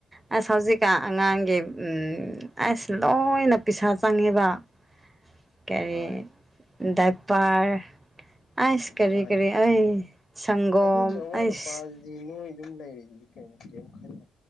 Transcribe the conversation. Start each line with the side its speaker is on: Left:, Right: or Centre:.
Right: ꯑꯁ ꯍꯧꯖꯤꯛꯀꯥꯟ ꯑꯉꯥꯡꯒꯤ ꯎꯝ ꯑꯁ ꯂꯣꯏꯅ ꯄꯤꯁꯥ ꯆꯪꯉꯦꯕ ꯀꯔꯤ
Left: ꯍꯣꯏ
Right: ꯗꯥꯏꯄꯔ ꯑꯩꯁ ꯀꯔꯤ
Left: ꯍꯣꯏ
Right: ꯀꯔꯤ ꯑꯩ ꯁꯪꯒꯣꯝ
Left: ꯑꯗꯨꯒꯤ ꯑꯋꯥꯠ
Right: ꯑꯩꯁ
Left: <unintelligible>